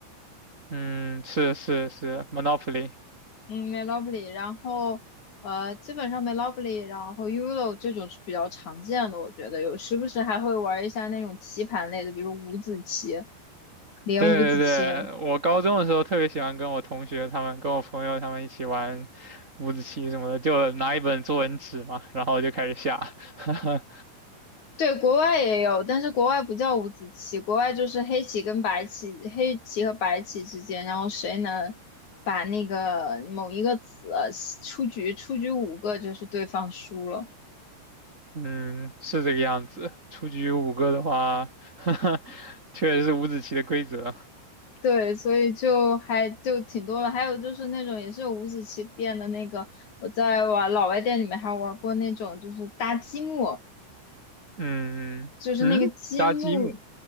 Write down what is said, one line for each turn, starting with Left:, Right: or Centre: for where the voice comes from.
Right: 嗯，是是是，Monopoly。
Left: 嗯，Monopoly，然后呃基本上 Monopoly，然后 Uno 这种是比较常见的，我觉得有时不时还会玩一下那种棋盘类的，比如五子棋、连五子棋。
Right: 对对对，我高中的时候特别喜欢跟我同学他们、跟我朋友他们一起玩五子棋什么的，就拿一本作文纸嘛，然后就开始下。<laughs>
Left: 对，国外也有，但是国外不叫五子棋，国外就是黑棋跟白棋，黑棋和白棋之间，然后谁能把那个某一个子出局，出局五个就是对方输了。
Right: 嗯，是这个样子。出局五个的话，<laughs> 确实是五子棋的规则。
Left: 对，所以就还就挺多了。还有就是那种也是有五子棋变的那个，我在玩老外店里面还玩过那种，就是搭积木，
Right: 嗯嗯，
Left: 就是那个积木，
Right: 搭积木，